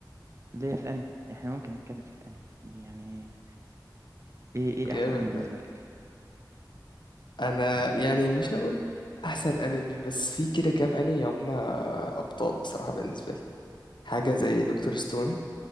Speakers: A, on the right (about 40°); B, on the left (about 75°).
A: اللي هي في الانمي احنا ممكن نتكلم في الانمي يعني ايه ايه
B: جامد
A: احسن انمي بالنسبة
B: ده
A: لك
B: انا يعني مش هقول احسن انمي بس في كده كام انمي هم ابطال بصراحة بالنسبة لي حاجة
A: آه،
B: زي دكتور ستون